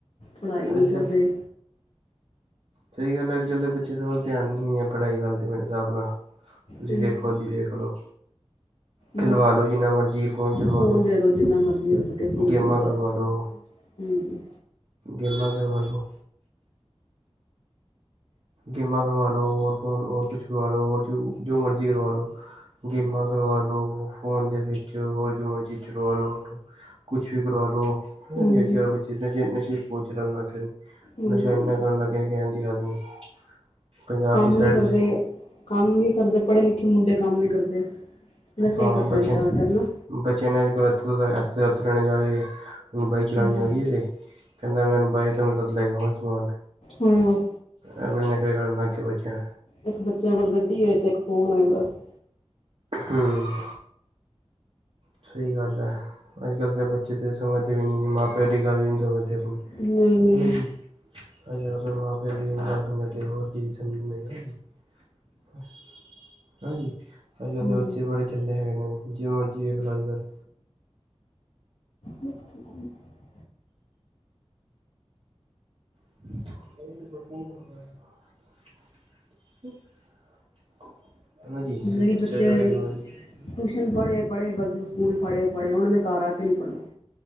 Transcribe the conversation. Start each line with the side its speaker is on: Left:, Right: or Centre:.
Left: ਪੜ੍ਹਾਈ ਨਹੀਂ
Right: ਅੱਜ
Left: ਕਰਦੇ।
Right: ਕੱਲ ਸਹੀ ਗੱਲ ਹੈ, ਅੱਜ-ਕੱਲ ਦੇ ਬੱਚਿਆਂ ਦੇ ਵੱਲ ਧਿਆਨ ਹੀ ਹੈ, ਪੜ੍ਹਾਈ ਵੱਲ ਤੇ ਮੇਰੇ ਹਿਸਾਬ ਨਾਲ। ਜੀ
Left: ਹਾਂਜੀ
Right: ਵੇਖੋ ਖੁਦ ਹੀ, ਵੇਖ ਲਓ। ਖਿਲਵਾ
Left: ਬਸ।
Right: ਲਓ ਜਿੰਨਾ ਮਰਜ਼ੀ ਫ਼ੋਨ ਚਲਵਾ
Left: ਫੋਨ
Right: ਲਓ
Left: ਦੇਦੋ ਜਿੰਨਾ ਮਰਜ਼ੀ ਹੋ ਸਕੇ ਫੋਨ
Right: ਗੇਮਾਂ
Left: ਦੇਦੋ
Right: ਕਰਵਾ
Left: ਬਸ।
Right: ਲਓ
Left: ਹਾਂਜੀ।
Right: ਗੇਮਾਂ ਦੇ ਵੱਲੋਂ। ਗੇਮਾਂ ਕਰਵਾ ਲੋ, ਹੋਰ ਫੋਨ, ਔਰ ਕੁਛ ਕਰਵਾ ਲਓ। ਹੋਰ ਜੋ ਜੋ ਮਰਜ਼ੀ ਕਰਵਾ ਲਓ। ਗੇਮਾਂ ਕਰਵਾ ਲੋ। ਫੋਨ ਦੇ ਵਿੱਚ। ਹੋਰ ਜੋ ਮਰਜ਼ੀ ਚਲਵਾ ਲਓ। ਓਹਤੋ ਕੁੱਛ ਵੀ ਕਰਵਾ ਲਉ ਹਨਾ
Left: ਹਾਂਜੀ
Right: ਜੇ ਅੱਜ ਕੱਲ੍ਹ ਬੱਚੇ ਨਸ਼ੇ-ਨਸ਼ੇ ਪੋਚ ਰਣ ਲੱਗ ਗਏ ਨੇ।
Left: ਹਾਂਜੀ
Right: ਨਸ਼ਾ ਇੰਨਾ ਕਰਨ ਲੱਗ ਗਏ ਕਹਿਣ ਦੀ ਹੱਦ ਨਹੀਂ। ਪੰਜਾਬ
Left: ਕੰਮ
Right: ਦੀ ਸਾਈਡ
Left: ਨੀ ਕਰਦੇ,
Right: ਤੁਸੀਂ
Left: ਕੰਮ ਨੀ ਕਰਦੇ। ਪੜ੍ਹੇ ਲਿਖੇ ਮੁੰਡੇ ਕੰਮ ਨੀ ਕਰਦੇ। ਨਸ਼ੇ
Right: ਹਾਂ
Left: ਹੀ ਕਰਦੇ
Right: ਬੱਚੇ।
Left: ਨੇ ਜ਼ਿਆਦਾਤਰ ਨਾ
Right: ਬੱਚਿਆਂ ਨੇ ਅੱਜ ਕੱਲ੍ਹ ਇਥੋਂ ਦਾ, ਇਥੋਂ ਦਾ ਓਥੇ ਲੈਣੇ ਜਾਏ। ਹੁਣ ਬਾਇਕ ਚਲਾਣੀ
Left: ਹੂੰ,
Right: ਆ ਗਈ ਤੇ। ਕਹਿੰਦਾ ਮੈਨੂੰ ਬਾਇਕ ਤੇ ਮੈਂ ਲੈ ਕੇ ਆਵਾਂ ਸਮਾਨ।
Left: ਹੋਰ
Right: ਇਹ ਬੜੇ ਨੱਖਰੇ ਕਰਨ ਲੱਗ ਗਿਆ ਬੱਚਾ।
Left: ਇੱਕ ਬੱਚਿਆਂ ਕੋਲ ਗੱਡੀ ਹੋਏ। ਤੇ ਇੱਕ ਫੋਨ ਹੋਏ ਬਸ।
Right: ਹਮ। ਸਹੀ ਗੱਲ ਹੈ। ਅੱਜ ਕੱਲ ਦੇ ਬੱਚੇ ਤੇ ਸਮਝਦੇ ਵੀ ਨਹੀਂ। ਮਾਂ ਪਿਓ ਦੀ ਗੱਲ ਵੀ ਨਹੀਂ ਸਮਝਦੇ ਆਪਣੀ।
Left: ਨਹੀਂ ਨਹੀਂ
Right: ਹਨਾ ਜੀ, ਅੱਜ ਕੱਲ ਆਪਣੇ ਮਾਂ ਪਿਓ ਦੀ ਵੀ ਨੀ ਗੱਲ ਸਮਝਦੇ। ਹੋਰ ਕੀ ਦੀ ਸਮਝਣਗੇ ਹਨਾ ਜੀ। ਹਨਾ ਜੀ। ਅੱਜ ਕੱਲ੍ਹ
Left: ਹਾਂਜੀ
Right: ਦੇ ਬੱਚੇ ਬੜੇ ਝੱਲੇ ਹੈਗੇ ਨੇ, ਜਿਹਨੂੰ ਮਰਜੀ ਵੇਖ ਲਓ ਅੱਜ ਕੱਲ।
Left: ਮ। <inaudible>
Right: <inaudible> ਹਾਂਜੀ। <unintelligible>
Left: ਜਿੱਦਾਂ ਕਿ ਬੱਚੇ ਟਿਊਸ਼ਨ ਪੜ੍ਹਆਏ - ਪੜ੍ਹੇ, ਬਸ ਜੋ ਸਕੂਲ ਪੜ੍ਹਆਏ- ਪੜ੍ਹੇ। ਉਹਨਾਂ ਨੇ ਘਰ ਆ ਕੇ ਨਹੀਂ ਪੜ੍ਹਨਾ।